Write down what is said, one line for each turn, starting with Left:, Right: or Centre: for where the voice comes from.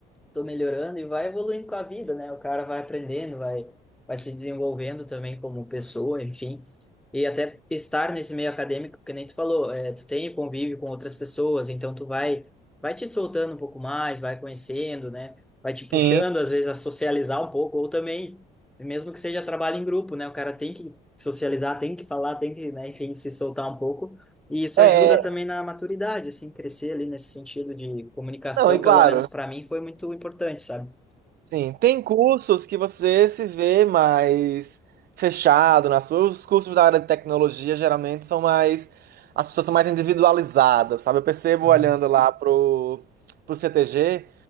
Centre: tô melhorando e vai evoluindo com a vida, né? O cara vai aprendendo, vai, vai se desenvolvendo também como pessoa, enfim. E até estar nesse meio acadêmico, que nem tu falou, é, tu tem convívio com outras pessoas, então tu vai, vai te soltando um pouco mais, vai conhecendo, né? Vai te puxando,
Right: Sim,
Centre: às vezes, a socializar um pouco, ou também, mesmo que seja trabalho em grupo, né? O cara tem que socializar, tem que falar, tem que, né, enfim, se soltar um pouco. E isso
Right: é,
Centre: ajuda também na maturidade, assim, crescer ali nesse sentido de comunicação,
Right: não, e claro,
Centre: pelo menos para mim, foi muito importante, sabe?
Right: Sim, tem cursos que você se vê mais fechado nas suas. Os cursos da área de tecnologia geralmente são mais. As pessoas são mais individualizadas, sabe? Eu percebo
Centre: Uhum,
Right: olhando lá pro, pro CTG,